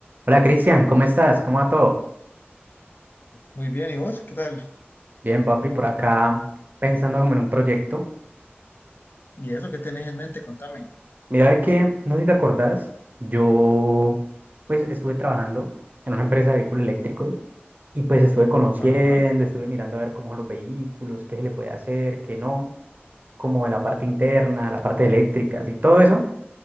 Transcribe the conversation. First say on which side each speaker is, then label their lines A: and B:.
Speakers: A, on the right; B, on the left.
A: Hola Cristian, ¿cómo estás? ¿Cómo va todo?
B: Muy bien, ¿y vos qué tal?
A: Bien, papi, por acá pensando como en un proyecto.
B: ¿Y eso qué tenés en mente? Contame.
A: Mira de que, no sé si te acordás, yo pues estuve trabajando en una empresa de vehículos eléctricos y pues estuve conociendo,
B: Ajá.
A: estuve mirando a ver cómo son los vehículos, qué se le puede hacer, qué no, como de la parte interna, la parte eléctrica, y todo eso.